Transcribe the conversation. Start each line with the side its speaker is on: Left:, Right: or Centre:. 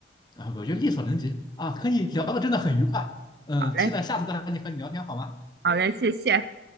Left: 啊，我觉得力所能及啊，和你聊的真的很愉快。嗯，
Right: 好嘞，
Left: 期待下次再和你和你聊天好吗？
Right: 好嘞，谢谢。